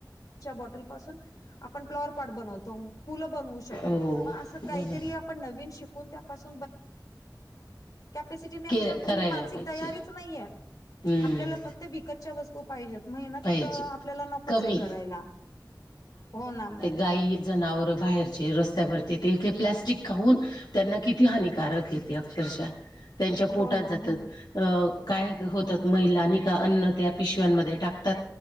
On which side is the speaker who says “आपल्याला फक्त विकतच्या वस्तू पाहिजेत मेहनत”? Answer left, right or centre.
Left